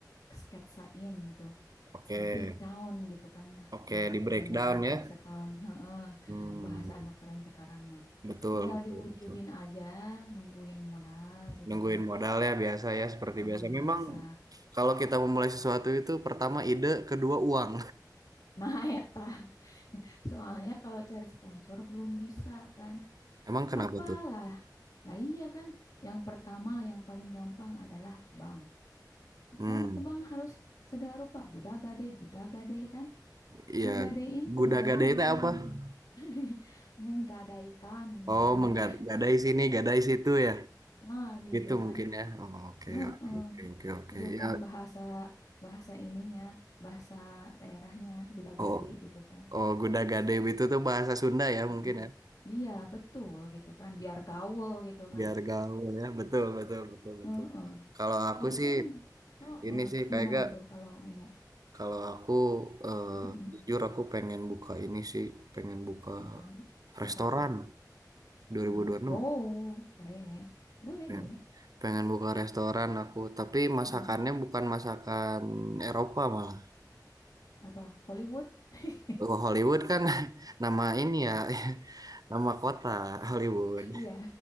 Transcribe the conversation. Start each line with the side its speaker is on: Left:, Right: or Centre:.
Left: sketsain gitu.
Right: Oke.
Left: di breakdown gitu kan lah
Right: Oke,
Left: bahasa
Right: di
Left: kerennya
Right: breakdown
Left: anak-anak
Right: ya.
Left: sekarang heeh,
Right: Hmm,
Left: bahasa anak keren sekarang mah
Right: betul,
Left: tinggal
Right: betul,
Left: diwujudin
Right: betul.
Left: aja nungguin modal gitu
Right: Nungguin
Left: kan ya
Right: modal ya biasa ya seperti
Left: Heeh,
Right: biasa.
Left: biasa
Right: Memang kalau kita memulai sesuatu itu pertama ide, kedua uang.
Left: nah eta <laughs> soalnya kalau cari sponsor belum bisa kan
Right: <laughs> Emang kenapa
Left: apalah
Right: tuh?
Left: lah iya kan yang pertama yang paling gampang adalah bank
Right: Hmm,
Left: kan ke bank harus segala rupa gudagade gudagade kan
Right: ya
Left: ngegadein
Right: guda-gada
Left: tuh nggak gampang
Right: itu apa?
Left: gitu <laughs> menggadaikan gitu
Right: Oh,
Left: kan
Right: menggadai
Left: ya
Right: sini, gadai situ ya.
Left: Nah, gitu
Right: Gitu mungkin
Left: kan.
Right: ya. Oh, oke,
Left: Heeh.
Right: oke, oke, oke, oke.
Left: Itu
Right: Ya,
Left: kan bahasa bahasa ininya, bahasa daerahnya Budagade
Right: oh.
Left: gitu kan.
Right: Oh, Gudagade itu tuh bahasa Sunda ya mungkin
Left: Heeh.
Right: ya,
Left: Iya, betul gitu kan, biar gaul gitu kan.
Right: biar gaul ya. Betul, betul, betul, betul.
Left: Heeh.
Right: Kalau aku
Left: Jadi
Right: sih
Left: kan heeh,
Right: ini sih kayak
Left: gimana
Right: gak
Left: tuh kalau umum?
Right: kalau aku eh,
Left: Mm-mm.
Right: jujur aku pengen buka ini sih, pengen buka
Left: Bukan
Right: restoran
Left: buka apa?
Right: 2026.
Left: Mm. Oh, keren. Boleh,
Right: Pengen,
Left: boleh.
Right: pengen buka restoran aku, tapi masakannya
Left: Mm.
Right: bukan masakan Eropa malah.
Left: Apa? Hollywood? <laughs>
Right: Oh, Hollywood kan <laughs> nama ini ya, <laughs> nama kota Hollywood.
Left: Iya,